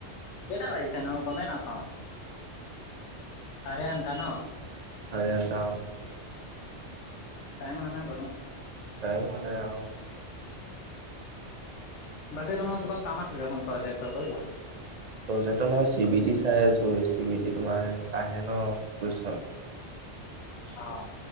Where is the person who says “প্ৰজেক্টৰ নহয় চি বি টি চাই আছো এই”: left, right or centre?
Right